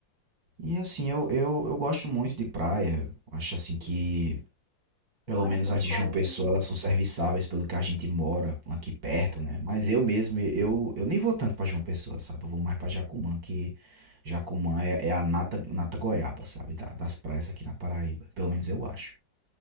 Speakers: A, on the right; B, on the left.
A: E assim, eu, eu, eu gosto muito de praia. Eu Acho assim que
B: Eu
A: Pelo
B: acho
A: menos
B: que é
A: as
B: uns
A: de
B: quarenta
A: João Pessoa,
B: minutos.
A: elas são serviçáveis pelo que a gente mora aqui perto,
B: tá, Conde.
A: né? Mas eu mesmo, eu, eu nem vou tanto pra João Pessoa, sabe? Eu vou mais pra Jacumã, que Jacumã é, é a nata, nata goiaba, sabe? Da- das praias aqui na Paraíba. Pelo menos eu acho.